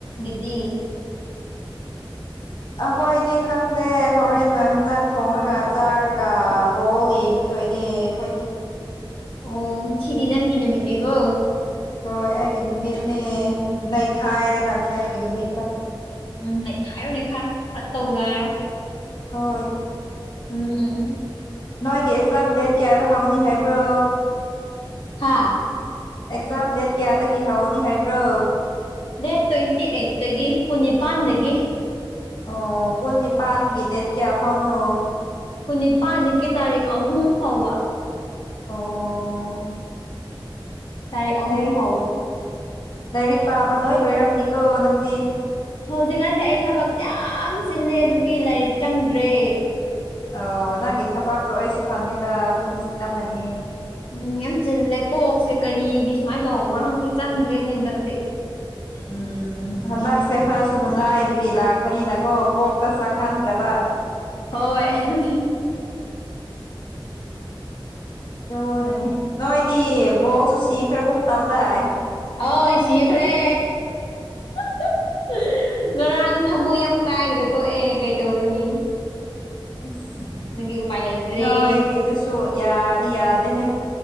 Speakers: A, on the left; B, on the left.
A: ꯗꯤ
B: ꯑꯍꯣꯏꯗꯤ ꯈꯪꯗꯦ ꯍꯧꯔꯦꯟꯅ ꯍꯤꯟꯖꯥꯡ ꯊꯣꯡꯔꯒꯥ ꯆꯥꯔꯒꯥ ꯕꯣꯜ ꯌꯦꯡ ꯇꯣꯏꯅꯦ ꯑꯩꯈꯣꯏꯗꯤ
A: ꯑꯣ ꯉꯁꯤꯗꯤ ꯅꯪꯒꯤ ꯅꯨꯃꯤꯠꯅꯦꯀꯣ
B: ꯍꯣꯏ ꯑꯩꯒꯤ ꯅꯨꯃꯤꯠꯅꯦ ꯅꯩꯈꯥꯏꯔꯗꯕꯅꯦ ꯑꯩꯒꯤ ꯅꯨꯃꯤꯠꯇ
A: ꯎꯝ ꯅꯩꯈꯥꯏꯔꯣ ꯅꯈꯥꯏꯔꯣ ꯈꯔ ꯇꯧꯒꯥꯏꯔꯣ
B: ꯍꯣꯏ
A: ꯎꯝ ꯎꯝ
B: ꯅꯣꯏꯒꯤ ꯑꯦꯛꯖꯥꯝ ꯗꯦꯠ ꯀꯌꯥꯗ ꯍꯧꯅꯤ ꯍꯥꯏꯕ꯭ꯔꯣ
A: ꯍꯥꯥ
B: ꯑꯦꯛꯖꯥꯝ ꯗꯦꯠ ꯀꯌꯥꯗꯒꯤ ꯍꯧꯅꯤ ꯍꯥꯏꯕ꯭ꯔꯣ
A: ꯗꯦꯠ ꯇ꯭ꯋꯦꯟꯇꯤ ꯑꯩꯠꯇꯒꯤ ꯀꯨꯟꯅꯤꯄꯥꯥꯟꯗꯒꯤ
B: ꯑꯣ ꯀꯨꯟꯅꯤ ꯄꯥꯟꯒꯤ ꯗꯦꯠ ꯀꯌꯥ ꯐꯥꯎꯅꯣ
A: ꯀꯨꯟꯅꯤ ꯄꯥꯥꯟꯗꯒꯤ ꯇꯥꯔꯤꯛ ꯑꯍꯨꯝ ꯐꯥꯎꯕ
B: ꯑꯣ
A: ꯇꯔꯤꯛ ꯑꯍꯨꯝ
B: ꯂꯥꯏꯔꯤꯛ
A: ꯐꯥꯎꯕ
B: ꯂꯥꯏꯔꯤꯛ ꯄꯥꯕ ꯂꯣꯏ ꯂꯣꯏꯔꯝꯅꯤꯀꯣ ꯅꯪꯗꯤ
A: ꯍꯧꯖꯤꯛꯀꯥꯟꯗꯤ ꯑꯩ ꯊꯕꯛ ꯌꯥꯝ ꯆꯤꯜꯂꯦ ꯑꯗꯨꯒꯤ ꯂꯥꯏꯔꯤꯛ ꯆꯪꯗ꯭ꯔꯦ
B: ꯑꯣ ꯅꯪꯒꯤ ꯊꯕꯥꯛꯇꯣ ꯑꯩꯁꯨ ꯈꯪꯉꯦꯗ ꯑꯗꯨꯝ ꯆꯤꯜꯂꯝ ꯃꯅꯤ
A: ꯎꯝ ꯌꯥꯝ ꯆꯤꯜꯂꯦ ꯀꯣꯛꯁꯦ ꯀꯔꯤꯒꯤ ꯁꯨꯃꯥꯏꯅ ꯇꯧꯕ꯭ꯔꯣ ꯈꯪꯗꯦ ꯆꯪꯗ꯭ꯔꯦꯅꯦ ꯍꯟꯗꯛꯇꯤ
B: ꯎꯝ ꯍꯟꯗꯛꯁꯦ ꯈꯔꯁꯨ ꯅꯨꯡꯉꯥꯏꯕꯒꯤꯂꯥꯛ ꯆꯠꯄꯅꯤꯅ ꯀꯣ ꯀꯣꯛꯇ ꯆꯪꯍꯟꯗ꯭ꯔꯕ
A: ꯍꯣꯏ ꯑꯗꯨꯗꯤ
B: ꯂꯨꯅ ꯅꯣꯏꯗꯤ ꯕꯣꯜꯁꯨ ꯁꯤꯈ꯭ꯔꯒꯨꯝ ꯇꯧꯗꯥꯏ
A: ꯍꯣꯏ ꯁꯤꯈꯔꯦ <inaudible> ꯉꯔꯥꯡ ꯊꯃꯣꯏ ꯌꯥꯝ ꯀꯥꯏꯔꯒ ꯇꯣꯛꯑꯦ ꯀꯩ ꯇꯧꯔꯨꯅꯤ
B: ꯑꯁ
A: ꯑꯗꯨꯒꯤ ꯎꯄꯥꯏ ꯂꯩꯇ꯭ꯔꯦ
B: ꯅꯣꯏꯒꯤꯗꯨꯁꯨ ꯌꯥꯗꯤ ꯌꯥꯗꯦꯍꯦ